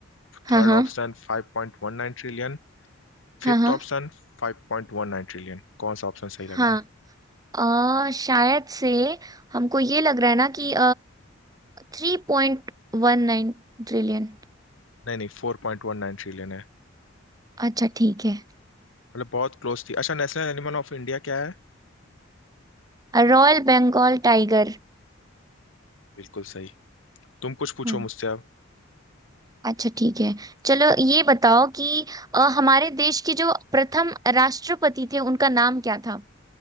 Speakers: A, on the right; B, on the left.
A: हाँ
B: third
A: हाँ
B: option five point one nine trillion fifth
A: हाँ हाँ
B: option 5.19 trillion कौन सा option सही लग
A: हाँ
B: रहा है
A: अ, शायद से हमको ये लग रहा है ना कि थ्री पॉइंट वन नाइन ट्रिलियन
B: नहीं नहीं 4.19 ट्रिलियन है
A: अच्छा ठीक है
B: मतलब बहुत क्लोज थी अच्छा नेशनल एनिमल ऑफ इंडिया क्या है
A: Royal Bengal tiger
B: बिल्कुल सही तुम कुछ पूछो
A: हम्म
B: मुझसे अब
A: अच्छा ठीक है चलो ये बताओ कि अ, हमारे देश के जो प्रथम राष्ट्रपति थे उनका नाम क्या था